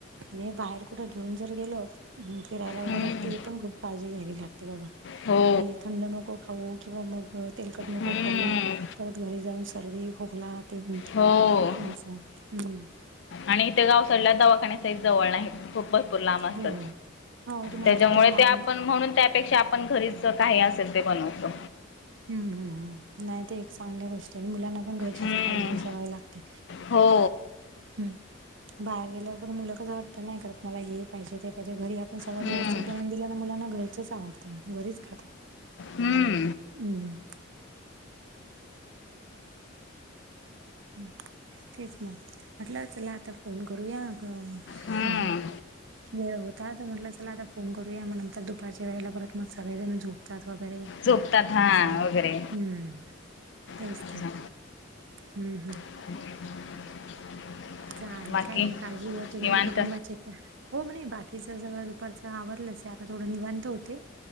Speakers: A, on the right; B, on the left.
A: आणि बाहेर कुठं घेऊन जर गेलो ह फिरायला वगैरे
B: हम्म
A: ते पण खूप काळजी घ्यावी लागते बाबा!
B: हो
A: हे थंड नक को खाऊ किंवा मग तलकट नको
B: हम्म
A: खाऊ परत घरी जाऊन सर्दी खोकला ते होत
B: हो..
A: असं हम्म
B: आणि इथे गावसाडला दवाखान्यासहीत जवळ नाही खूप भरपूर लांब असतात
A: हो हो तुम्हाला
B: त्याच्यामुळे
A: तिथून लांब
B: ते आपण म्हणून त्यापेक्षा आपण घरीच काही असेल ते बनवतो.
A: हूं हू हूं नाही ते एक चांगली गोष्ट तेनी मुलांना पण घरचीच
B: हम्म
A: खाण्याची सवय लागते.
B: हो
A: हूं बाहेर गेल्यावरगर मुलं कस वाटत नाही करत मला हे पाहिजे ते पाहिजे घरी आपण सगळं
B: हम्म
A: व्यवस्थित बनवून दिलन मुलांना घरच आवडत घरीच खातात.
B: हूं.
A: हम्. हं तेच ना म्हटलं चला आता फोन करूया. अ
B: हम्म
A: हा. व होता तर म्हटलं चला आता फोन करूया मग नंतर दुपारच्या वेळेला परत मग सगळेजण जो त्रास वगैरे
B: झोपतात हा
A: असं हम्म.
B: वगैरे
A: तेच
B: अच्छा
A: तर हूं हूं.
B: <unintelligible>
A: चालेल
B: बाकी
A: काही नाही काळजी घ्या तुम्ही
B: निवांत
A: कुटुंबाची. हो म नाही बाकीच सगळं दुपारच आवरलंच आता थोडं निवांत होती.